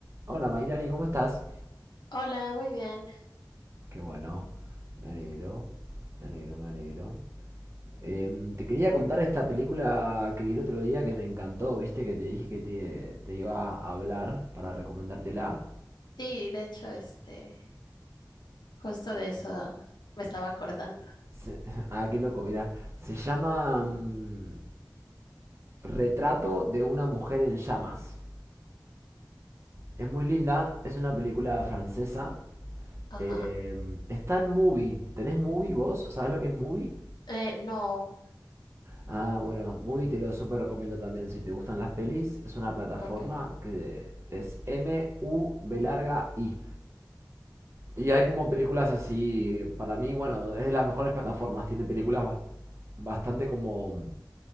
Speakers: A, on the right; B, on the left.
A: Hola Mayrani, ¿cómo estás?
B: Hola, muy bien.
A: Qué bueno, me alegro, me alegro, me alegro. Em, te quería contar esta película que vi el otro día que me encantó, viste que te dije que te, te iba a hablar para recomendártela.
B: Sí, de hecho, este, justo de eso me estaba acordando.
A: Se- <laughs> ah, qué loco, mira. Se llama mm, Retrato de una mujer en llamas. Es muy linda, es una película francesa.
B: Ajá.
A: Em, está en Movie. ¿Tenés Movie vos? ¿Sabés lo que es Movie?
B: Eh, no,
A: Ah, bueno, Movie te lo súper recomiendo también si te gustan las pelis. Es una plataforma
B: ok.
A: que es M-U-B larga I. Y hay como películas así, para mí, bueno, es de las mejores plataformas. Tiene películas bas- bastante como